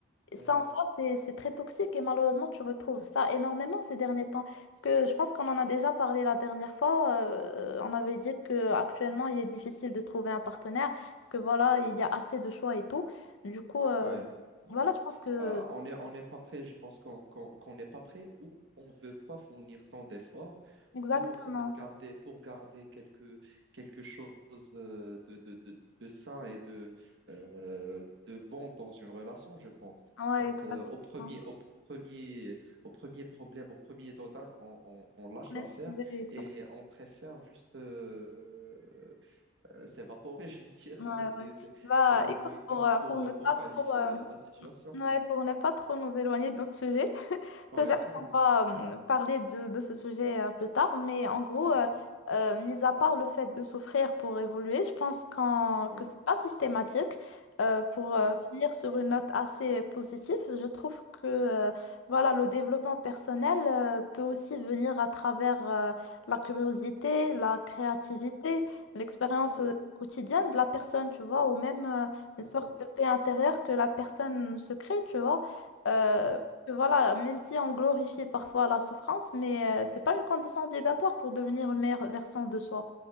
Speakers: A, on the left; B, on the right.
A: Ça
B: Ouais,
A: en soi, c'est, c'est très toxique et malheureusement, tu retrouves ça énormément ces derniers temps. Parce que je pense qu'on en a déjà parlé la dernière fois. euh, on avait dit que actuellement il est difficile de trouver un partenaire parce que voilà, il y a assez de choix et tout. Du coup, euh,
B: ouais, ouais.
A: voilà, je pense que...
B: Euh, on est, on n'est pas prêt. Je pense qu'on qu'on, qu'on n'est pas prêt ou on veut pas fournir tant d'efforts.
A: Exactement.
B: pour garder, pour garder quelque, quelque chose euh, de, de, de, de sain et de, euh, de bon dans une relation, je pense.
A: Ouais,
B: Donc,
A: exactement.
B: euh, au premier, au premier, au premier problème, au premier dodan, on, on, on lâche
A: On
B: l'affaire
A: est trouvé, exactement.
B: et on préfère juste euh, euh, s'évaporer, <laughs> je vais dire.
A: Ouais,
B: <laughs> C'est,
A: ouais.
B: c'est,
A: Bah,
B: c'est le
A: écoute,
B: mot exact
A: pour, euh,
B: pour,
A: pour ne
B: euh, pour
A: pas
B: qualifier
A: trop, euh,
B: la, la situation.
A: ouais, pour ne pas trop nous éloigner de notre sujet,
B: Ouais.
A: Peut-être
B: <laughs>
A: qu'on va euh, parler de, de ce sujet euh, plus tard, mais en gros,
B: Mhm.
A: euh, euh, mis à part le fait de souffrir pour évoluer, je pense qu'en-
B: Ouais,
A: que c'est pas systématique. Euh, pour
B: ouais,
A: euh, finir sur une note assez positive, je trouve que euh, voilà, le développement personnel euh, peut aussi venir à travers euh, la curiosité, la créativité, l'expérience
B: ouais,
A: euh, quotidienne de la personne, tu vois, ou même euh,
B: exactement.
A: une sorte de paix intérieure que la personne se crée, tu vois. Euh,
B: Ouais.
A: voilà, même si on glorifie parfois la souffrance, mais euh, c'est pas une condition obligatoire pour devenir une meilleure version de soi.